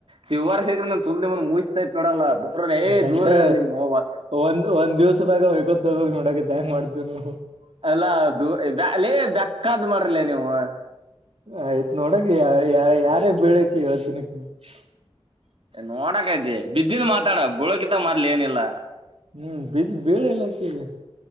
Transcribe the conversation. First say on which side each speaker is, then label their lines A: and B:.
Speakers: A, on the right; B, on the right.
A: ಶಿವಾರ್ ಶಕ್ರ ತುಲ್ ನಿಮ್ನ ಮುಸ ಸಮೇತ ನೋಡಲ್ಲ? <unintelligible>
B: ಶಂಟಾ
A: ದೂರ ಇರ್ರಿ ನಿಮ್ ಹೋವ
B: ಒಂದ್ ಒಂದ್ ದಿವಸದಾಗ ಹೊಯ್ಕೋತ ಹೋಗೋರನ ನೋಡಕತ್ಯ ಹಂಗ್ ಮಾಡತ್ತಿರ ನೀವ್, <unintelligible>
A: ಅಲ್ಲಾ ಅದು ಬ್ಯಾ ಲೇ ಬೆಕ್ಕಾದ್ ಮಾಡ್ರಲೇ ನೀವು? <unintelligible>
B: ಆಯ್ತ್ ನೋಡಕ ಯ ಯಾರ ಯಾರಗಬೀಳಕೆ ಹೇಳ್ತೀನಿ ಅಕಿಗ? <unintelligible>
A: ನೋಡಕಐತಿ ಬಿದ್ದದ ಮಾತಾಡ ಬೀಳೋಕ್ಕಿಂತ ಮೊದಲ್ ಏನಿಲ್ಲಾ? <unintelligible>
B: ಹೂ ಬಿದ್ದ್ ಬೀಳಲಿಲ್ಲ ಆಕಿ